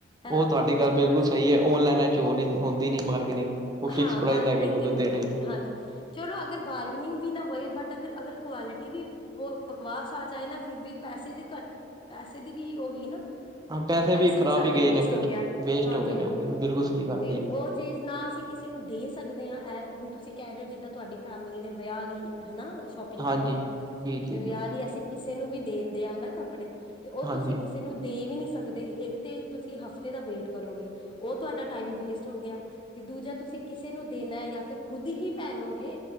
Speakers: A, on the left; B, on the right.
A: ਹਨਾ
B: ਉਹ ਤੁਹਾਡੀ ਗੱਲ
A: ਜੋ
B: ਬਿਲਕੁਲ
A: ਅਸੀਂ
B: ਸਹੀ ਐ, ਓਨਲਾਈਨਾਂ ਚੋਂ ਨ ਹੁੰਦੀ ਨੀ ਬਾਰਗਨਿੰਗ। ਉਹ ਫਿਕਸ
A: ਹਾਂ,
B: ਪ੍ਰਾਈਜ਼
A: ਬਾਰਗਨਿੰਗ
B: ਹੈਗੇ ਨੇ ਉਹਦੇ
A: ਤੇ ਹੁੰਦੀ
B: ਦੇਣੇ ਹੀ
A: ਨੀ
B: ਨੇ
A: ਹਾਂਜੀ ਚਲੋ ਅਗਰ ਬਾ ਬਾਰਨਿੰਗ ਵੀ ਨਾ ਹੋਏ ਬਟ ਅ ਅਗਰ ਕੁਆਲਿਟੀ ਵੀ ਬਕਵਾਸ ਆ ਜਾਏ ਨਾ ਫਿਰ ਵੀ ਪੈਸੇ ਦੇ ਘੱਟ ਪੈਸੇ ਦੀ ਵੀ ਹੋ ਗਈ ਨਾ।
B: ਹਾਂ,
A: ਪੈਸੇ
B: ਖ਼ਰਾਬ
A: ਵੀ ਸਾਡੇ
B: ਹੀ ਗਏ
A: ਵੇਸਟ
B: ਨੇ ਫਿਰ
A: ਹੋ ਗਿਆ,
B: ਵੇਸਟ
A: ਹਾਂਜੀ-ਹਾਂਜੀ,
B: ਹੋ ਗਏ ਨੇ ਉਹਦੇ ਬਿਲਕੁਲ ਸਹੀ ਗੱਲ
A: ਤੇ
B: ਹੈ ਜੀ
A: ਉਹ ਚੀਜ਼ ਨਾ ਅਸੀਂ ਕਿਸੇ ਨੂ ਨੂੰ ਦੇ ਸਕਦੇ ਹਾਂ ਇਹ ਹੁਣ ਤੁਸੀਂ ਕਹਿ ਰਹੇ ਹੋ ਜਿੱਦਾਂ ਤੁਹਾਡੀ ਫੈਮਲੀ ਨੇ ਵਿਆਹ ਲਈ ਹੇਨਾ, ਸ਼ੋਪਿੰਗ
B: ਹਾਂਜੀ
A: ਕਰਨੀ ਏ,
B: ਜੀ ਜੀ
A: ਤੇ ਵਿਆਹ
B: ਜੀ
A: ਲਈ ਅਸੀਂ ਕਿਸੇ ਨੂੰ ਵੀ ਦੇਣਦੇ ਆਂ ਨਾ ਕੱਪ ਕੱਪੜੇ ਤੇ ਉਹ
B: ਹਾਂਜੀ
A: ਤੁਸੀਂ ਕਿਸੇ ਨੂੰ ਦੇ ਵੀ ਨਹੀਂ ਸ ਸਕਦੇ ਇੱਕ ਤੇ ਤੁਸੀਂ ਹਫ਼ਤੇ ਦਾ ਵੇਟ ਕਰੋਗੇ ਉਹ ਤੁਹਾਡਾ ਟਾਈਮ ਵੇਸਟ ਹੋ ਗਿਆ ਤੇ ਦੂਜਾ ਤੁਸੀਂ ਕਿਸੇ ਨੂੰ ਦੇਨੇ ਯਾ ਫਿਰ ਖੁਦ ਹੀ ਪੈਨੋਗੇ